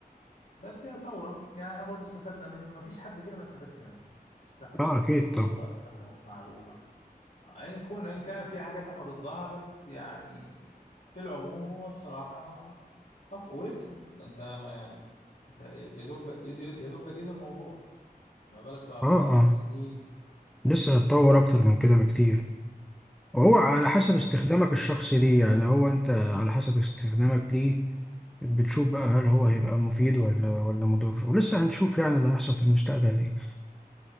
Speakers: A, on the left (about 70°); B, in the centre.
A: بس هي ثورة يعني احنا برضو استفدنا منه مفيش حد فينا ما استفادش منه استخدمه
B: اه اكيد
A: في صورة
B: طبعا
A: استخدمه في معلومة إن كن إن كان في حاجات احنا ضدها بس يعني في العموم هو بصراحة طف ولسه ده انت ما يعني انت يا دوب يد- يا دوب بادئين الموضوع ما بالك بقى
B: اه
A: بعد
B: اه
A: عشر سنين
B: لسه هيتطور اكتر من كده بكتير هو على حسب
A: لا
B: استخدامك
A: ده
B: الشخصي ليه يعني هو انت على حسب استخدامك ليه بتشوف بقى هل هو هيبقى مفيد ولا ولا مضر ولسه هنشوف يعني اللي هيحصل في المستقبل ايه